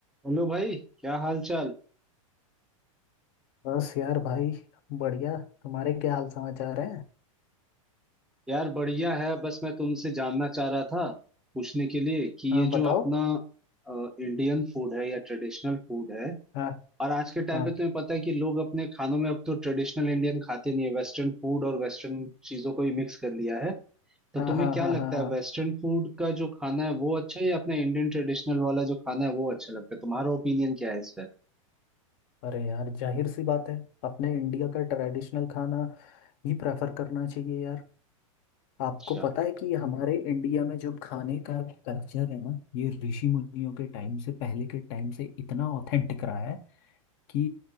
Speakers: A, in the centre; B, on the left.
A: Hello भाई क्या हाल चाल
B: बस यार भाई बढ़िया तुम्हारे क्या हाल समाचार है
A: यार बढ़िया है बस मैं तुमसे जानना चाह रहा था पूछने के लिए कि
B: हाँ
A: ये
B: बताओ
A: जो अपना इंडियन फूड है या ट्रेडिशनल फूड है
B: हाँ
A: और आज के टाइम
B: हाँ
A: पे तुम्हें पता है कि लोग अपने खानों में अब तो ट्रेडिशनल इंडियन खाते नहीं है वेस्टर्न फूड और वेस्टर्न चीजों को ही मिक्स कर लिया है तो
B: हाँ
A: तुम्हें
B: हाँ
A: क्या
B: हाँ
A: लगता
B: हाँ हाँ
A: है वेस्टर्न फूड का जो खाना है वो अच्छा है या अपना इंडियन ट्रेडिशनल वाला जो खाना है वो अच्छा लगता है तुम्हारा ओपिनियन क्या है इस पर
B: अरे यार जाहिर सी बात है अपने इंडिया का ट्रेडिशनल खाना ही प्रेफर करना चाहिए यार आपको
A: अच्छा
B: पता है कि ये हमारे इंडिया में जो खाने का कल्चर है ना ये ऋषि मुनियों के टाइम से पहले के टाइम से इतना ऑथेंटिक रहा है कि